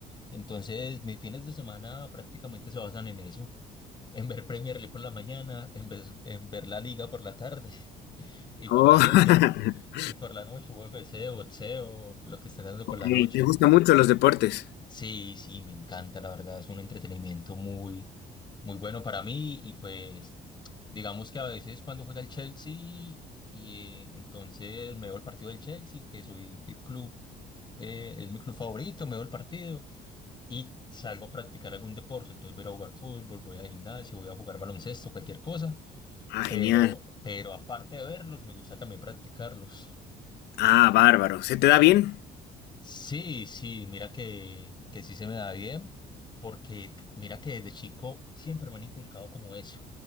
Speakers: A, on the left; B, on the left.
A: Entonces, mis fines de semana prácticamente se basan en eso, en ver Premier League por la mañana, en ver, en ver la liga por la tarde <laughs> y por
B: Oh.
A: la noche,
B: <laughs>
A: y por la noche UFC, boxeo, lo que estén dando por
B: Ok,
A: la noche.
B: ¿Te gustan mucho los deportes?
A: Sí, sí, me encanta, la verdad, es un entretenimiento muy, muy bueno para mí y pues digamos que a veces cuando juega el Chelsea y eh, entonces me veo el partido del Chelsea, que soy el club, eh, es mi club favorito, me veo el partido y salgo a practicar algún deporte, entonces voy a ir a jugar fútbol, voy al gimnasio, voy a jugar baloncesto, cualquier cosa,
B: Ah,
A: pero,
B: genial.
A: pero aparte de verlos, me gusta también practicarlos.
B: Ah, bárbaro. ¿Se te da bien?
A: Sí, sí, mira que, que sí se me da bien, porque mira que desde chico siempre me han inculcado como eso,